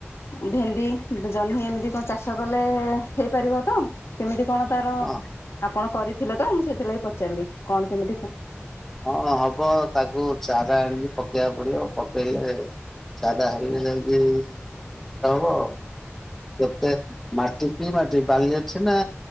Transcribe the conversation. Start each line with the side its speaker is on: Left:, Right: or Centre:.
Left: ଭେଣ୍ଡି ଜହ୍ନି ଏମିତି କଣ ଚାଷ କଲେ ହେଇପାରିବ ତ? କେମିତି କଣ ତାର
Centre: ହଁ
Left: ଆପଣ କରିଥିଲେ ତ ମୁଁ ସେଥିଲାଗି ପଚାରିଲି କଣ କେମିତି
Centre: ହଁ ହବ ତାକୁ ଚାରା ଆଣିକି ପକେଇବାକୁ ପଡିବ ପକେଇଲେ ଚାରା ହେଲେ ଯାଇକି ରୋଇଲେ ହବ। କେତେ ମାଟି କି ମାଟି ବାଲି ଅଛି ନା